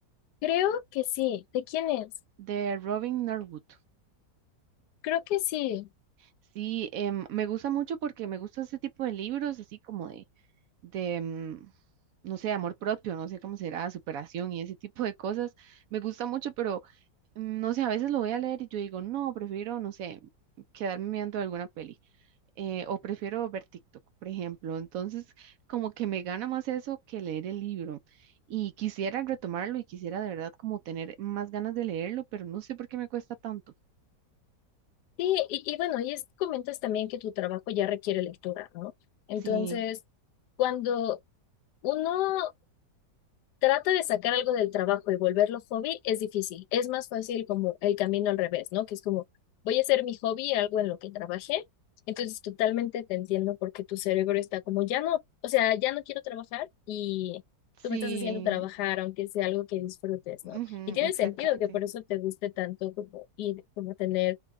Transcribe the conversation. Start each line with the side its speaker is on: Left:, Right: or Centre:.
Left: Creo que sí. ¿De quién es?
Right: de Robin Norwood.
Left: Creo que sí.
Right: Sí, em, me gusta mucho porque me gusta ese tipo de libros, así como de, de, em, no sé, amor propio, no sé cómo será, superación y ese tipo de cosas. Me gusta mucho, pero mm, no sé, a veces lo voy a leer y yo digo, no, prefiero, no sé, quedarme viendo alguna peli. eh, o prefiero ver TikTok, por ejemplo. Entonces, como que me gana más eso que leer el libro. Y quisiera retomarlo y quisiera de verdad como tener más ganas de leerlo, pero no sé por qué me cuesta tanto.
Left: Sí, y, y bueno, y es, comentas también que tu trabajo ya requiere lectura, ¿no? Entonces,
Right: Sí,
Left: cuando uno Trata de sacar algo del trabajo y volverlo hobby es difícil. Es más fácil como el camino al revés, ¿no? Que es como, voy a hacer mi hobby algo en lo que trabajé. Entonces, totalmente te entiendo porque tu cerebro está como, ya no, o sea, ya no quiero trabajar y
Right: sí,
Left: tú me estás haciendo trabajar, aunque sea algo que disfrutes, ¿no?
Right: Ujú,
Left: Y tiene
Right: exactamente.
Left: sentido que por eso te guste tanto como ir, como tener